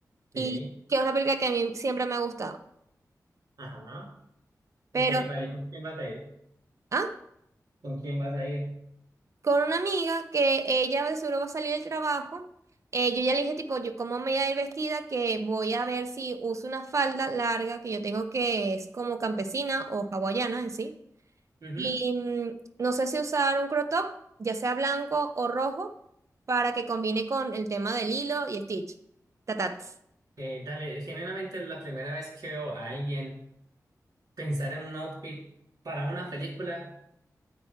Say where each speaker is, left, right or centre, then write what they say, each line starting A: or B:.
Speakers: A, on the right; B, on the right.
A: sí.
B: y que es una película que a mí siempre me ha gustado.
A: Ajá. Ok,
B: Pero,
A: vale, ¿con quién vas a ir?
B: ¿ah?
A: ¿Con quién vas a ir?
B: con una amiga que ella de seguro va a salir del trabajo. eh, yo ya le dije, tipo, yo cómo me voy a ir vestida, que voy a ver si uso una falda larga que yo tengo que es como campesina o hawaiana en sí.
A: Ujú.
B: Y mm, no sé si usar un crop top, ya sea blanco o rojo, para que combine con el tema del hilo y Stitch. Tatats.
A: Eh, dale, genuinamente es la primera vez que veo a alguien pensar en un outfit para una película